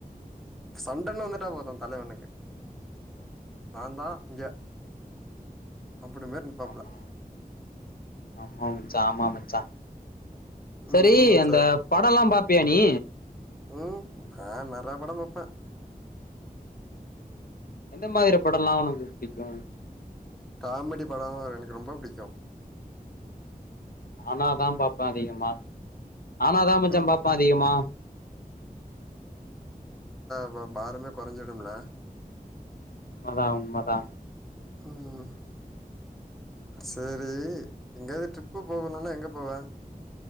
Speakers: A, in the centre; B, on the left.
A: சண்டன்னு வந்துட்டா போதும் தலைவணுக்கு நா தா இங்க அப்டி மேர நிப்பாப்ல
B: ஆமா ஆமா மச்சா ஆமா மச்சா
A: ம்
B: செரி
A: ம்
B: அந்த
A: ச
B: படம் எல்லா பாப்பியா நீ
A: ம் அ நெறைய படம் பாப்பேன்
B: எந்த மாரி படம் எல்லா உனக்கு பிடிக்கும்
A: காமெடி படம் எனக்கு ரொம்ப பிடிக்கும்
B: நானா அதான் பாப்பேன் அதிகமா நானா அதான் மச்சா
A: ம்
B: பாப்பன் அதிகமா
A: இப்போ பாரமே குறைஞ்சிடும்ல
B: உண்மை தா உண்மை தா
A: ம் செரி எங்கயாது ட்ரிப்பு போகணும்னா எங்க போவ